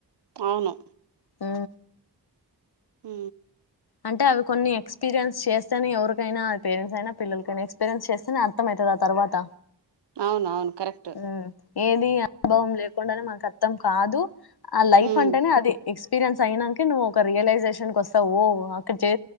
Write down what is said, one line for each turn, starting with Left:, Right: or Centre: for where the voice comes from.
Right: అవును
Left: ఆ
Right: హ
Left: అంటే అవి కొన్ని ఎక్స్పీరియన్స్ చేస్తేనే ఎవరికైనా పేరెంట్స్ అయినా పిల్లలకైనా ఎక్స్పీరియన్స్ చేస్తేనే అర్థమ అవుతుంది ఆ తర్వాత
Right: అవునవును కరెక్ట్
Left: ఉమ్. ఏది అనుభవం లేకుండానే మనకు అర్థం కాదు ఆ లైఫ్
Right: ఉమ్
Left: అంటేనే అది ఎ ఎక్స్పీరియన్స్ అయినాక నువ్వు ఒక రియలైజేషన్కి వస్తవు ఓ అక్కడ చే